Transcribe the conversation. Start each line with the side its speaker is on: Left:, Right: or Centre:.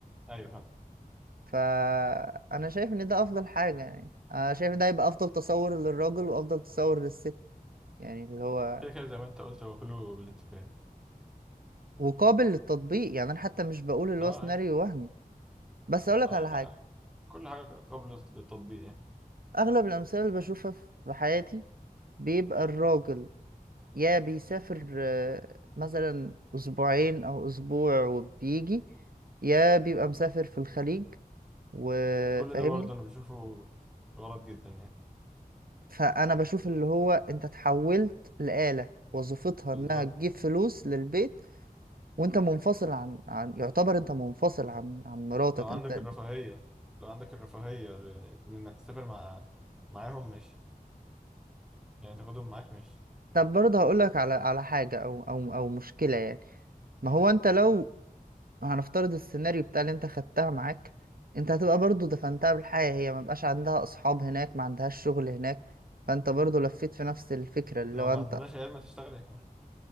Centre: ايوه فاهم
Right: فانا شايف ان ده افضل حاجه يعني انا شايف ان ده يبقى افضل تصور للراجل وافضل تصور للست يعني اللي هو
Centre: كده كده زي ما انت قلت هو كله بالاتفاق
Right: وقابل للتطبيق يعني انا حتى مش بقول اللي
Centre: اه
Right: هو سيناريو
Centre: عادي
Right: وهمي بس اقولك
Centre: اه
Right: على حاجه
Centre: لا كل حاجه قبل التطبيق يعني
Right: اغلب الامثله اللي بشوفها في حياتي بيبقى الراجل يا بيسافر آه، مثلا اسبوعين او اسبوع وبيجي يا بيبقى مسافر في الخليج وفاهمني
Centre: كل ده برضه انا بشوفه غلط جدا يعني
Right: فانا بشوف اللي هو انت اتحولت لآلة وظيفتها
Centre: بالظبط
Right: انها تجيب فلوس للبيت وانت منفصل عن عن يعتبر انت منفصل عن عن مراتك
Centre: لو عندك
Right: انت
Centre: الرفاهيه لو عندك الرفاهيه ل- لانك تسافر مع معاهم ماشي يعني تاخدهم معاك ماشي
Right: طب برضه هقول لك على على حاجة او او او مشكلة يعني ما هو انت لو هنفترض السيناريو بتاع اللي انت خدتها معاك انت هتبقى برضه دفنتها بالحياة هي ما بقاش عندها اصحاب هناك ما عندهاش شغل هناك فانت برضه لفيت في نفس الفكرة اللي
Centre: لو
Right: هو
Centre: ما
Right: انت
Centre: عندناش عيال ما تشتغل يا كمان